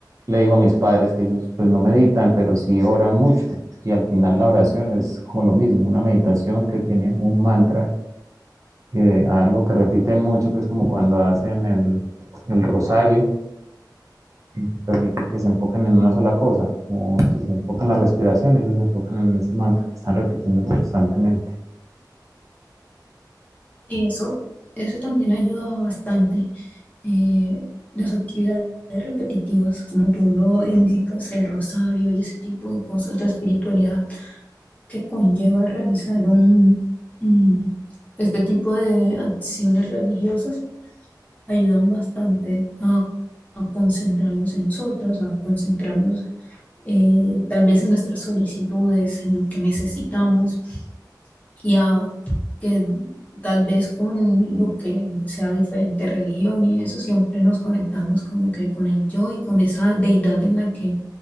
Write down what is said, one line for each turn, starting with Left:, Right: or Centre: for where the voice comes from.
Right: le digo a mis padres que ellos pues no meditan, pero sí oran mucho. Y al final la oración es como lo mismo, una meditación que tiene un mantra, eh, algo que repiten mucho, que es como cuando hacen el, el rosario, mm, permiten que se enfoquen en una sola cosa. Como uno se enfoca en la respiración, ellos se enfocan en ese mantra que están repitiendo constantemente.
Left: sí, eso, eso también ayuda bastante. Eh, las actividades repetitivas, como tú lo indicas, el rosario y ese tipo de cosas, la espiritualidad que conlleva realizar un, un- este tipo de acciones religiosas ayudan bastante a, a concentrarnos en nosotros, a concentrarnos eh, tal vez en nuestras solicitudes, en lo que necesitamos y a que tal vez con lo que sea diferente religión y eso siempre nos conectamos como que con el yo y con esa deidad en la que,